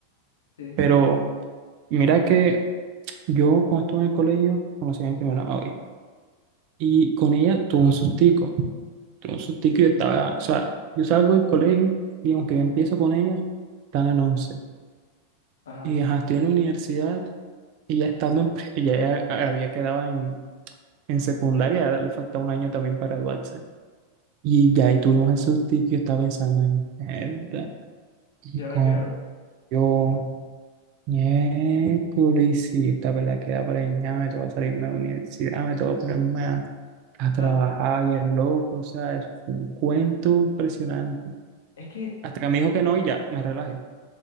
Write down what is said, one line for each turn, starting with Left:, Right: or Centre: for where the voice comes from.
Left: sí,
Right: Pero mira que yo cuando estuve en el colegio conocí a mi primera novia. Y con ella tuve un sustico. Tuve un sustico y yo estaba, o sea, yo salgo del colegio y aunque yo empiezo con ella, están en once
Left: ajá.
Right: Y ajá, estoy en la universidad y ya estando en, pre- ella ya había quedado en, en secundaria, le faltaba un año también para graduarse. Y ya ahí tuvimos el susto y yo estaba pensando en mierda. Y
Left: ¿Y ahora
Right: con
Left: qué hago? O
Right: yo, miércoles, y si esta pelada queda preñada, me toca salirme de la universidad, me toca ponerme a, a trabajar
Left: sea,
Right: y el loco, o sea, es un cuento impresionante.
Left: Es que
Right: Hasta que me
Left: el,
Right: dijo que no y ya, me relajé.